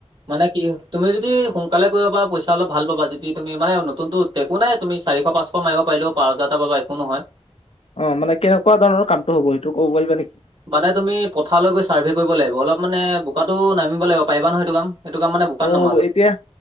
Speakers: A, on the right; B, on the left.
A: মানে কি তুমি যদি সোনকালে কৰিব পাৰা পইচা অলপ ভাল পাবা, যদি তুমি মানে নতুনটো একো নাই তুমি চাৰিশ পাঁচশ মাৰিব পাৰিলেও পাঁচ হাজাৰটা পাবা একো নহয়।
B: অ', মানে কেনেকুৱা ধৰণৰ কামটো হ'ব সেইটো ক'ব পাৰিবা নেকি।
A: মানে তুমি পথাৰলৈ গৈ ছাৰ্ভে কৰিব লাগিব, অলপ মানে বোকাটো নামিব লাগিব, পাৰিবা নহয় এইটো কাম। এইটো কাম মানে বোকাত
B: অ',
A: নামা অলপ।
B: এতিয়া